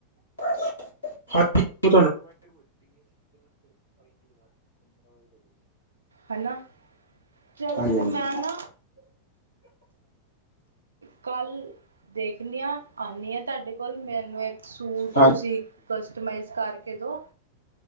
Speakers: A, on the left; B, on the right.
A: <inaudible> ਹਾਂਜੀ <unintelligible>
B: ਹੈਨਾ ਚਲੋ
A: ਹਾਂਜੀ
B: ਫਿਰ
A: ਹਾਂਜੀ
B: ਮੈਂ ਨਾ ਕੱਲ੍ਹ ਦੇਖਣੇ ਹਾਂ ਆਨੇ ਆ, ਤੁਹਾਡੇ ਕੋਲ ਮੈਨੂੰ ਇੱਕ ਸੂਟ
A: ਹਾਂਜੀ
B: ਤੁਸੀਂ ਕਸਟਮਾਈਜ਼ ਕਰਕੇ ਦੋ